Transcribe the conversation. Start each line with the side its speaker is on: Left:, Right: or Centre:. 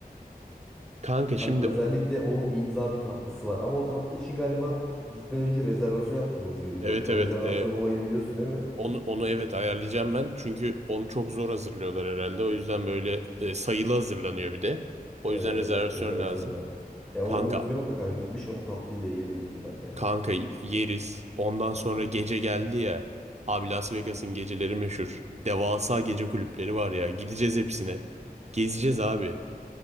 Right: Kanka şimdi
Centre: Kanka özellikle
Right: o-
Centre: onun imza bir tatlısı var. Ama o tatlı için galiba gitmeden önce rezervasyon yaptırmamız gerekiyormuş.
Right: evet
Centre: O
Right: evet
Centre: rezervasyon
Right: e,
Centre: olayını biliyorsun değil mi?
Right: onu onu evet ayarlayacağım ben. Çünkü onu çok zor hazırlıyorlar herhalde. O yüzden böyle e, sayılı hazırlanıyor bir de. O
Centre: Evet
Right: yüzden rezervasyon
Centre: evet rezervasyonda.
Right: lazım.
Centre: Yani
Right: Kanka
Centre: onu unutmayalım da kanka gitmişken o tatlıyı da yiyelim lütfen ya.
Right: kanka yeriz. Ondan sonra gece geldi ya. Abi Las Vegas'ın geceleri meşhur. Devasa gece kulüpleri var ya. Gideceğiz hepsine. Gezeceğiz abi.